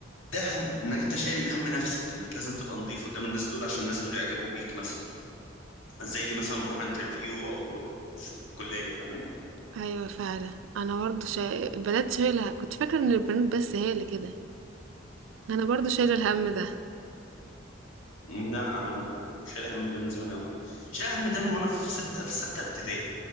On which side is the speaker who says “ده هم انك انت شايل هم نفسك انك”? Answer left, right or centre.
Left